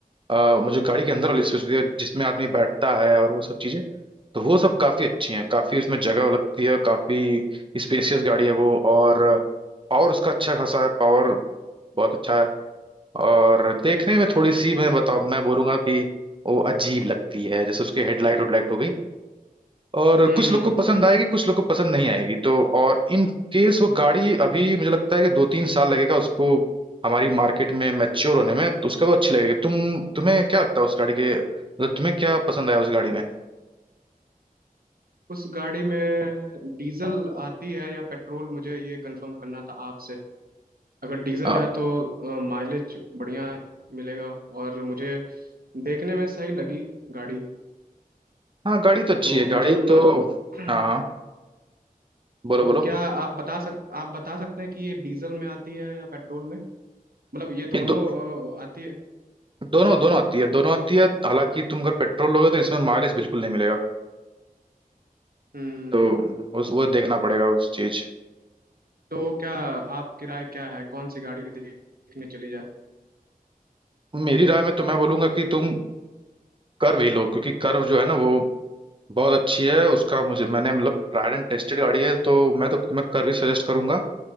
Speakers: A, on the right (about 35°); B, on the right (about 75°).
A: अ, मतलब जो गाड़ी के अंदर वाली स्पेस होती है जिसमें आदमी बैठता है और वो सब चीजें तो वो सब काफी अच्छी हैं काफी उसमें जगह लगती है काफी स्पेसियस गाड़ी है वो और पावर उसका अच्छा खासा है पावर बहुत अच्छा है और देखने में थोड़ी सी मैं बताऊँ मैं बोलूंगा कि वो अजीब लगती है जैसे उसके हेडलाइट हेडलाइट हो गई और कुछ
B: हम्म
A: लोग को पसंद आएगी कुछ लोग को पसंद नहीं आएगी तो और इन केस वो गाड़ी अभी मुझे लगता है कि दो तीन साल लगेगा उसको हमारी मार्केट में मैच्योर होने में तो उसका वो अच्छी लगेगी तुम तुम्हें क्या लगता है उस गाड़ी के मतलब तुम्हें क्या पसंद आया उस गाड़ी में
B: उस गाड़ी में डीजल आती है या पेट्रोल मुझे ये कंफर्म करना था आपसे अगर डीजल
A: आ,
B: है तो माइलेज बढ़िया मिलेगा और मुझे देखने में सही लगी गाड़ी
A: हाँ गाड़ी तो अच्छी
B: तो
A: है
B: मुझे
A: गाड़ी
B: उतना
A: तो
B: <clears throat>
A: हाँ हाँ बोलो
B: तो
A: बोलो
B: क्या आप बता सक आप बता सकते हैं कि ये डीजल में आती है या पेट्रोल में मतलब ये दोनों
A: ये दो,
B: अ, आती है
A: दोनों दोनों आती है दोनों आती है हालांकि तुम अगर पेट्रोल लोगे तो इसमें माइलेज बिल्कुल नहीं मिलेगा
B: हम्म
A: तो उस वो देखना पड़ेगा उस चीज
B: तो क्या आप किराए क्या है कौन सी गाड़ी देखने चली जाए
A: मेरी राय में तो मैं बोलूंगा कि तुम कर्व ही लो क्योंकि कर्व जो है ना वो बहुत अच्छी है उसका मुझे मैंने मतलब ट्राइड एंड टेस्टेड गाड़ी है तो मैं तो तुम्हें कर्व ही सजेस्ट करूंगा